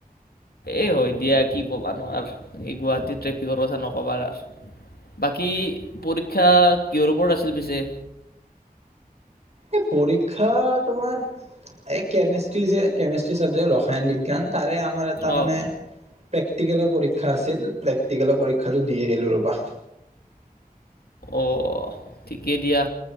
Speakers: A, on the left (about 80°); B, on the right (about 45°).
A: এ হয় দিয়া কি ক'বা নো আৰু এই গুৱাহাটীৰ ট্ৰেফিকৰ কথা নক'বা আৰু বাকী পৰীক্ষা কিহৰ ওপৰত আছিল পিছে।
B: এই পৰীক্ষা তোমাৰ এই কেমিষ্ট্ৰি যে কেমিষ্ট্ৰি চাবজেক্ট ৰসায়ন বিজ্ঞান তাৰে। আমাৰ এটা
A: অ'।
B: মানে। প্ৰেক্টিকেলৰ পৰীক্ষা আছিল প্ৰেক্টিকেলৰ পৰীক্ষাটো দি আহিলো ৰ'বা।
A: অ', ঠিকেই দিয়া